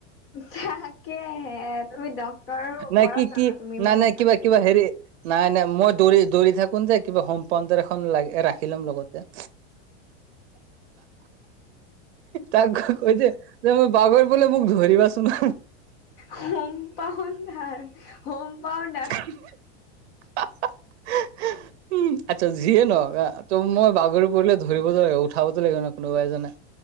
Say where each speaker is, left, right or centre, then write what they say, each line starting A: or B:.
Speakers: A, on the left (about 50°); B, on the right (about 65°).
A: তাকেহে তুমি ডক্তৰৰ ওপৰত
B: নাই কি,
A: যাবা
B: কি
A: তুমি মই
B: ন
A: গম
B: নাই
A: পাইছো।
B: কিবা, কিবা হেৰি নাই নাই, মই দৌৰি দৌৰি থাকোন যে কিবা হোম পাউণ্টাৰ এখন লগত ৰাখি ল'ম লগতে। তাক কৈ যে মই পাগৰি গলে মোক ধৰিবাচোন।
A: Home pounder home pounder.
B: <unintelligible> উম, আচ্ছা যিয়ে নহ'ক ত' মই বাগৰি পৰিলে ধৰিব লাগিব, উঠাব তো লাগিব ন' কোনোবা এজনে।